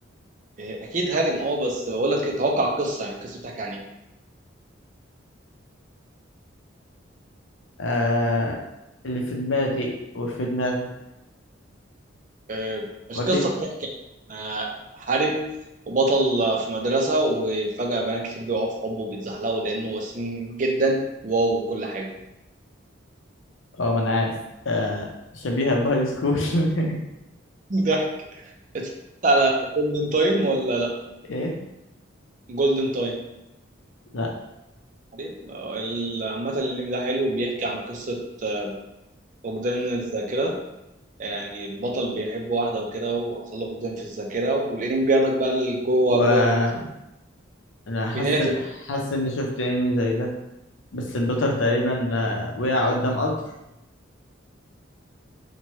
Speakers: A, on the right; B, on the left.
A: اكيد هارم اه بس بقول لك إيه، توقع القصه يعني القصه بتحكي عن ايه
B: آه اللي في دماغي وفي دماغك
A: آه، القصه
B: واكيد
A: بتحكي عن آه، هارم وبطل في مدرسه وفجاه بنات كتير بيقعوا في حبه وبيتزحلقوا لانه وسيم جدا واو وكل حاجه
B: اه ما انا عارف آه شبيهة بهاي سكول <laughs>
A: <laughs> ضحك اتفرجت على جولدن تايم ولا لا
B: ايه
A: جولدن تايم
B: لا
A: عارف؟ آه، ال- عامه الانمي ده حلو وبيحكي عن قصه آه، فقدان الذاكره يعني البطل بيحب واحدة وكده وحصل له فقدان في الذاكرة والأنمي بياخدك بقى لجوه
B: وانا
A: جزء
B: حاسس
A: بينقلك لج-
B: حاسس اني شفت انمي زي ده بس البطل تقريبا آه وقع قدام قطر